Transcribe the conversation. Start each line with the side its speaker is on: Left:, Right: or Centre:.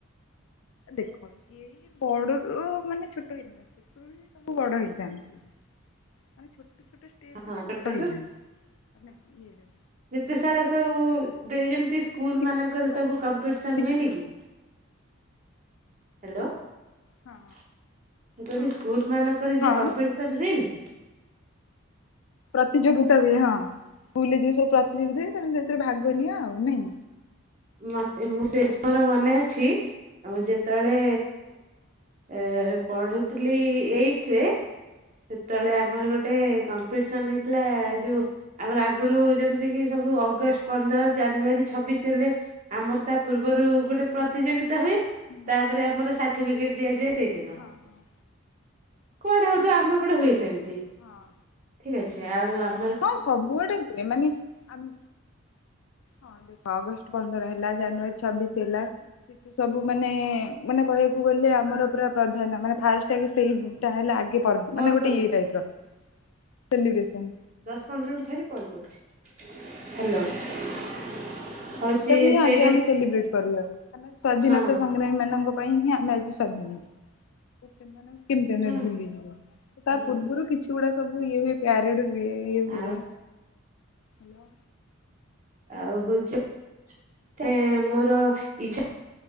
Left: ଦେଖ କି ଏଇ ବଡ଼ରୁ ମାନେ ଛୋଟ ହେଇନା <unintelligible> <unintelligible> ସବୁ ବଡ ହେଇଥାନ୍ତି ମାନେ ଛୋଟ ଛୋଟ ଷ୍ଟେପରୁ
Right: ହଁ
Left: ହିଁ
Right: ସେଟା
Left: ବଡ ହେଇଥାନ୍ତି
Right: ରୁ
Left: ମାନେ ଇଏ ଯୋଉ
Right: ଯେତେ ସାରା ସବୁ ଯେମତି
Left: ତମେ
Right: ସ୍କୁଲ
Left: ଏବେ ଶିଖୁଛ
Right: ମାନଙ୍କରେ
Left: ଆଉ
Right: ସବୁ
Left: କଣ
Right: କମ୍ପିଟିସନ
Left: ଶିଖି
Right: ହୁଏନି କି ହେଲୋ ମୁଁ
Left: ହଁ
Right: କହିଲି
Left: ହଁ।
Right: ସ୍କୁଲ ମାନଙ୍କରେ ଯୋଉ
Left: ହଁ
Right: କମ୍ପିଟିସନ୍ ହୁଏନି
Left: ପ୍ରତିଯୋଗିତା ହୁଏ ହଁ ସ୍କୁଲରେ ଯେଉ ସବୁ ପ୍ରତିଯୋଗିତା ହୁଏ ତମେ ସେଥିରେ ଭାଗ ନିଅ ଆଉ ନାଇଁ
Right: ମତେ ମୁଁ ଶେଷର ମନେ ଅଛି ଆ ମୁଁ ଯେତବେଳେ ଏ ପଢ଼େ ଥିଲି
Left: ହଁ
Right: ଏଇଥ୍ ରେ ସେତବେଳେ ଆମର ଗୋଟେ କମ୍ପିଟସନ୍ ହେଇଥିଲା ଏ ଯୋଉ
Left: ହଁ
Right: ଆମର ଆଗୁରୁ ଯେମିତି କିି ସବୁ ଅଗଷ୍ଟ ପନ୍ଦର ଜାନୁୟାରୀ ଛବିଶ ହେଲେ ଆମର ତା ପୂର୍ବରୁ ଗୋଟେ
Left: ହୁଁ
Right: ପ୍ରତିଯୋଗିତା
Left: ହୁଁ
Right: ହୁଏ।
Left: ହୁଁ
Right: ତାପରେ ଆମର ସାର୍ଟିଫିକେଟ୍ ଦିଆଯାଏ। ସେଇଦିନ।
Left: ହଁ ହଁ
Right: କୁଆଡେ ହଉଥିବ
Left: ହଁ
Right: ଆମ
Left: ହଁ
Right: ଏପଟେ ହୁଏ ସେମତି ଠିକ୍
Left: ହଁ।
Right: ଅଛି ଆଉ ଆପ୍
Left: ହଁ ସବୁ ଆଡେ ହୁଏ ମାନେ ଆମ୍ ହଁ ଦେଖ ଅଗଷ୍ଟ ପନ୍ଦର ହେଲା ଜାନୁୟାରୀ ଛବିଶ ହେଲା ସେତ ସବୁ ମାନେ ମାନେ କହିଆକୁ ଗଲେ ଆମର ପୁରା ପ୍ରଧାନ ମାନେ ଫାଷ୍ଟ୍ ଆଗେ ସେଇଟା ହେଲା ଆଗେ ପର୍ବ୍
Right: କଲ୍
Left: ମାନେ ଗୋଟେ
Right: କରିବି
Left: ଇଏ ଟାଇପ୍ ର ସେଲିବ୍ରେସନ୍।
Right: ଦଶ୍ ପନ୍ଦର ମିନିଟ୍ ଛାଡ଼ିିକ୍ କଲ୍ କରୁଛି। ହ୍ୟାଲୋ ହଉଛି
Left: ସେଇଟାକୁ ହିଁ
Right: ସେଇଟା
Left: ଆଗେ ଆମେ ସେଲିବ୍ରେଟ୍ କରିବା। ଆମେ ସ୍ଵାଧୀନତା
Right: ହଁ
Left: ସଂଗ୍ରାମୀ ମାନଙ୍କ ପାଇଁ ହିଁ ଆମେ ଆଜି ସ୍ୱାଧୀନ। କେମତି ଆମେ
Right: ହଁ
Left: ଭୁଲିଯିବୁ। ତା
Right: ହଁ
Left: ପୂର୍ବୁରୁ କିଛି ଗୁଡା ସବୁ ଇଏ ହୁଏ। ପ୍ୟାରେଡ ହୁଏ ଇଏ ହୁଏ।
Right: ଆଉ
Left: ହ୍ୟାଲୋ
Right: ଆଉ ହଉଛି ଏଁ ମୋର ଇଚ୍ଛା